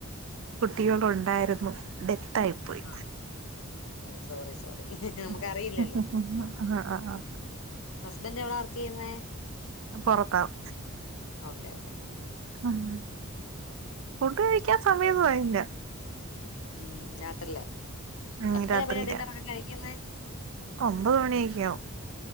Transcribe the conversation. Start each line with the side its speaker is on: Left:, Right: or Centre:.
Right: കുട്ടികൾ ഉണ്ടായിരുന്നു ഡെത്ത് ആയിപ്പോയി
Left: ആഹ് സോറി സോറി
Right: ആ
Left: നമുക്കറിയില്ലല്ലോ
Right: ആ ആ
Left: ഹസ്ബന്റ് എവിട വർക്ക് ചെയ്യുന്നേ
Right: പുറത്താവും
Left: ഓക്കേ ഓക്കേ
Right: ഉം ഉം ഫുഡ് കഴിക്കാൻ സമയൊന്നും ആയില്ല
Left: ഉം രാത്രിലാ
Right: ഉം
Left: എപ്പഴാ
Right: രാത്രിയില
Left: പിന്നെ ഡിന്നറൊക്കെ കഴിക്കുന്നെ
Right: ഒമ്പത് മണിയൊക്കെയാവും